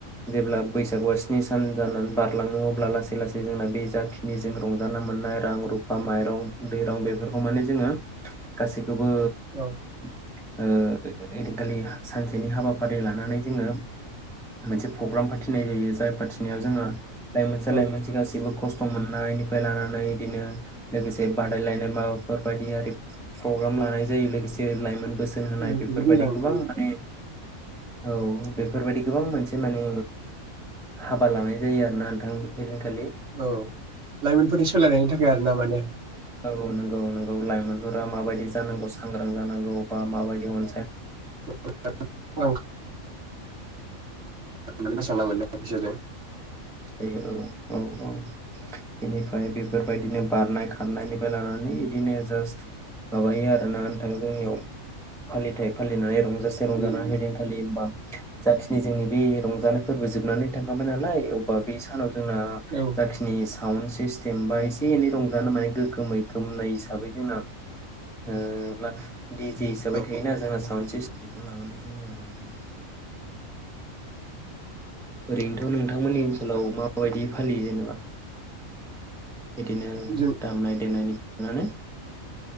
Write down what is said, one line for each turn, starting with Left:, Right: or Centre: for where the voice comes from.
Centre: जेब्ला बैसागुआ स्नि सान जानानै बारलाङो अब्ला लासै लासै जोंना बे जाखिनिजों रंजाना मोननाय रां रुफा माइरं दैरं बेफोरखौ माने जोङो गासै खोबो
Right: औ
Centre: ओ <unintelligible> दिखालि सानसेनि हाबाफारि लानानै जोङो मोनसे प्रग्राम फाथिनाय जायो जाय फाथिनायाव जोङो। लाइमोनसा
Right: औ
Centre: लाइमोनसि गासिबो खस्थ' मोननायनिफ्राय लानानै बिदिनो लोगोसे बादायलायनाय माबाफोरबायदि आरि प्रग्राम लानाय जायो लोगोसे लाइमोन बोसोन होनाय
Right: औ
Centre: बेफोरबायदि
Right: जोबोद मोजां नोंथां
Centre: गोबां
Right: बिदिबाथ'
Centre: माने औ बेफोरबायदि गोबां मोनसे माने हाबा लानाय जायो आरोना नोंथां। ओइदिनखालि
Right: औ लाइमोनफोरनि सोलायनायनि थाखाय आरोना माने।
Centre: औ औ नंगौ नंगौ नंगौ लाइ मोनफोरा माबायदि जानांगौ। सांग्रां जानांगौ। मा मा माबायदि अन
Right: <unintelligible> <unintelligible> मोसाना मोननाय फैसाजों।
Centre: औ औ औ बेनिफ्राय बेफोरबायदिनो बारनाय खारनायनिफ्राय लानानै बिदिनो जास्ट माबायो आरोना नोंथां जोंनियाव। फालिथाइ फालिनाय रंजासे रंजानानै
Right: उम
Centre: हैदिनखालि होमबा। जाखिनि जोंनि बे रंजानाय फोरबो जोबनानै थांखांबाय नालाय एवबा बे सानाव जोंना
Right: औ
Centre: जाखिनि साउड सिस्टेम बा एसे एनै रंजानो माने गोगोमै गोमनाय हिसाबै जोंना ओ। दि जे हिसाबै
Right: औ
Centre: थायोना जोंना साउन्ड सिस बेखौ लाबोनाय जायो आरो नोंथां। ओरैनोथ' नोंथांमोननि ओनसोलाव मा बायदि फालियो जेनेबा बिदिनो
Right: जों
Centre: दामनाय देनायनि नानै